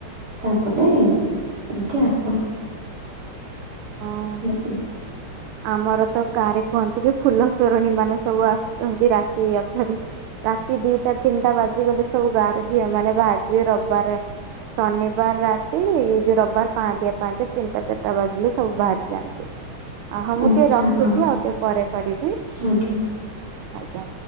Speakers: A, on the right (about 45°); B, on the right (about 80°).
A: ତାପରେ ଅରିକି ଆସୁ।
B: ହଁ।
A: ଆଜ୍ଞା
B: ଆମର ତ ଗାଁରେ କୁହନ୍ତି କି ଫୁଲ ଚୋରଣୀ ମାନେ ସବୁ ଆସୁଛନ୍ତି ରାତି ଅଧାରୁ। ରାତି ଦିଟା ତିନିଟା ବାଜିଗଲେ ସବୁ ଗାଁର ଝିଅମାନେ ବାହାରଯିବେ ରବାରେ ଶନିବାର ରାତି ଯୋଉ ରବିବାର ପାହାନ୍ତିଆ ପାହାନ୍ତିଆ ତିନଟା ଚାରଟା ବାଜିଲେ ସବୁ ବାହାରି ଯାଆନ୍ତି ଅ ହଁ
A: ଆଚ୍ଛା
B: ମୁଁ ଟିକେ ରଖୁଛି
A: ହଁ
B: ଆଉ ଟିକେ ପରେ କରିବି।
A: ଆଜ୍ଞା
B: ଆଜ୍ଞା।